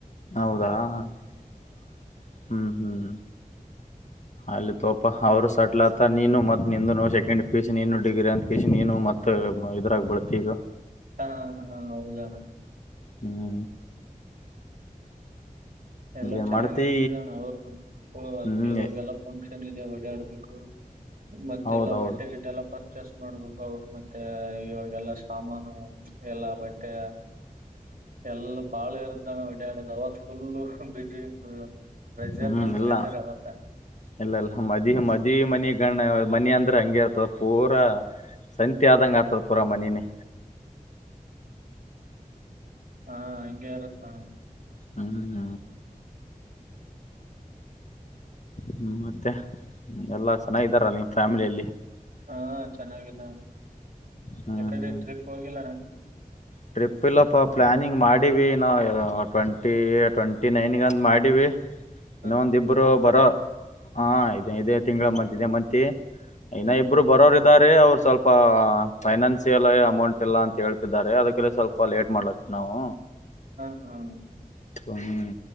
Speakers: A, on the left; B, on the right.
A: ಹೌದಾ <inaudible> ಹ್ಮ್ ಹ್ಮ್.
B: <inaudible>
A: ಅಲ್ಲಿ ತೋಪ ಅವರು ಸೆಟ್ಲಾತ ನೀನು ಮತ್ತು ನಿಂದೂನೂ ಸೆಕೆಂಡ್ ಪೀಯುಸಿ ನೀನು ಡಿಗ್ರಿ ಅಂತ ಕೆಸಿ ನೀನು ಮತ್ತು ಮತ್ ಇದ್ರಾಗ ಬಳತಿ ಈಗ.
B: ಹಾ ಹಾ ಹೌದಣ್ಣ.
A: ಹ್ಮೂ.
B: ಎಲ್ಲ
A: ಏನ್
B: ಚೆನ್ನಾಗ್
A: ಮಾಡ್ತಿ
B: ನಡತಿದಣ್ಣ್ ಅವ್ರ ಇಫೋ ಅದಕ್ಕೆ
A: ಹ್ಮ್
B: ಇವೆಗೆಲ್ಲ ಫಂಕ್ಷನ್ ಇದೆ ಓಡ್ಯಾಡ್ಬೇಕು ಮತ್ತೆಲ್ಲ
A: ಹೌದೌದು
B: ಬಟ್ಟೆ ಗಿಟ್ಟ ಎಲ್ಲ ಪರ್ ಪರ್ಚೇಸ್ ಮಾಡ್ಬೇಕು ಅವರು ಮತ್ತೆ ಇವಾಗೆಲ್ಲ ಸಾಮಾನು ಎಲ್ಲಾ ಬಟ್ಟೆ ಎಲ್ಲ ಬಾಳ ಇರದ್ದಾನ ಓಡ್ಯಾಡುದ್ ಅವಾಗ ಫುಲ್ಲು ಬಿಜಿ ಇರ್ತದ ಪ್ರೆಜರ್
A: ಹ್ಮ್
B: ಮೆಲ್
A: ಇಲ್ಲ
B: ಪ್ರೆಜರ್ ಅವತ್ತ
A: ಇಲ್ಲ ಇಲ್ಲ ಮದಿ ಮದಿ ಮನಿ ಗಣ ಮನಿ ಅಂದ್ರೆ ಹಂಗೆ ಇರ್ತದ ಪೂರಾ ಸಂತಿ ಆದಂಗ ಆತದ ಪುರ ಮನಿನೆ.
B: ಹಾ ಹಂಗೆ ಇರತ್ತಣಾ.
A: ಹ್ಮ್ ಹ್ಮ. ಹ್ಮ್ ಮತ್ತೆ ಎಲ್ಲಾ ಚೆನ್ನಾಗಿದಾರಾರ ನಿಮ್ಮ್ ಫ್ಯಾಮಿಲಿಯಲ್ಲಿ.
B: ಹ ಚೆನ್ನಾಗದಾರ
A: ಹ್ಮ್
B: ಎಕಡೆ
A: ಹ್ಮ್
B: ಟ್ರಿಪ್ ಹೋಗಿಲ್ಲಣ್ಣ
A: ಟ್ರಿಪ್ ಇಲ್ಲಪ್ಪ ಪ್ಲ್ಯಾನಿಂಗ್ ಮಾಡಿವ ಏನೊ ಟ್ವೆಂಟಿ ಟ್ವೆಂಟಿ ನೈನ್ಗೆಂತ ಮಾಡಿವಿ
B: ಹ <inaudible>
A: ಇನ್ನೊವಂದಿಬ್ಬರ ಬರೋರ್ ಹಾ ಇದೆ ಇದೆ ತಿಂಗಳ ಮದ್ಯದೆ ಮದ್ಯ ಇನ್ನಾ
B: ಹ್ಮ್ ಹ್ಮ್
A: ಇಬ್ರು ಬರೋರ್ ಇದಾರೆ ಅವರು ಸ್ವಲ್ಪ ಪಾ ಫೈನಾನ್ಸಿಯಲ್ ಅಮೌಂಟ್ ಇಲ್ಲ ಅಂತ ಹೇಳ್ತಿದ್ದಾರೆ ಅದಕ್ಕೆ ಪ <unintelligible> ಸ್ವಲ್ಪ ಲೇಟ್ ಮಾಡ್ಲತ್ತೀವಿ ನಾವು.
B: ಹ್ಮ್ ಹ್ಮ್.
A: ಹ್ಮ್